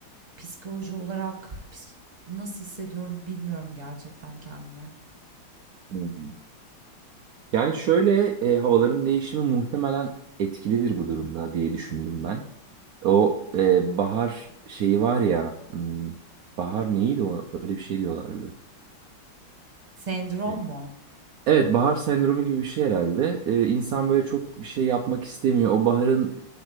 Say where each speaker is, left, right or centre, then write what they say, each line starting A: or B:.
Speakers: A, on the right; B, on the right.
A: psikoloji olarak pis- nasıl hissediyorum bilmiyorum gerçekten kendimi.
B: Hmm. Yani şöyle e, havaların değişimi muhtemelen etkilidir bu durumda diye düşündüm ben. O e, bahar şeyi var ya, hmm, bahar neydi o? Öyle bir şey diyorlardı.
A: Sendrom
B: E,
A: mu?
B: Evet, bahar sendromu gibi bir şey herhalde. E, insan böyle çok bir şey yapmak istemiyor. O baharın